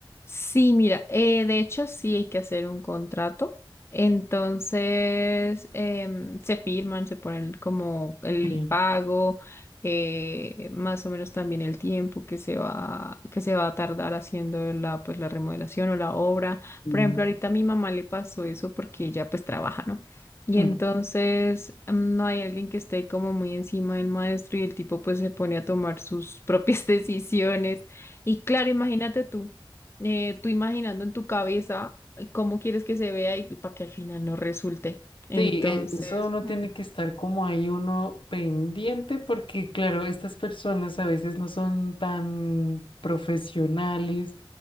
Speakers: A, on the left; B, on the left.
A: Sí, mira, eh, de hecho sí hay que hacer un contrato. Entonces em, se firman, se ponen como el
B: Sí.
A: pago, eh, más o menos también el tiempo que se va, que se va a tardar haciendo la, pues, la remodelación o la obra.
B: Mm.
A: Por ejemplo, ahorita a mi mamá le pasó eso porque ella pues trabaja, ¿no? Y
B: Ujú.
A: entonces mm, no hay alguien que esté como muy encima del maestro y el tipo pues se pone a tomar sus propias <laughs> decisiones. Y claro, imagínate tú eh, tú imaginando en tu cabeza cómo quieres que se vea y para que al final no resulte. Entonces,
B: Sí, eh, eso uno
A: ujú,
B: tiene que estar como ahí uno pendiente porque claro, estas personas a veces no son tan profesionales.